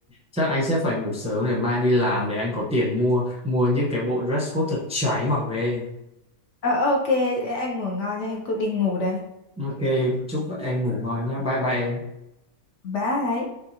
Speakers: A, in the centre; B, on the left.
A: chắc anh sẽ phải ngủ sớm để mai đi làm để anh có tiền mua mua những cái bộ dress code thật cháy mặc về
B: Ờ, ok, anh ngủ ngon nhá, em cứ đi ngủ đây.
A: ok chúc em ngủ ngon nhé bye bye em
B: Bye.